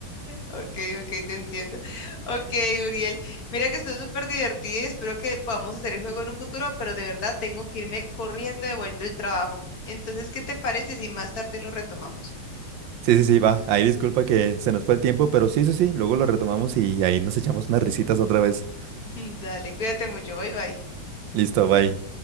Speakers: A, on the left; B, on the right.
A: ok, ok, te entiendo. Ok, Uriel. Mira que estoy súper divertida y espero que podamos hacer el juego en un futuro, pero de verdad tengo que irme corriendo de vuelta al trabajo. Entonces, ¿qué te parece si más tarde lo retomamos?
B: Sí, sí, sí, va. Ahí disculpa que se nos fue el tiempo, pero sí, sí, sí, luego lo retomamos y ahí nos echamos unas risitas otra vez.
A: <laughs> Dale, cuídate mucho. Bye, bye.
B: Listo, bye.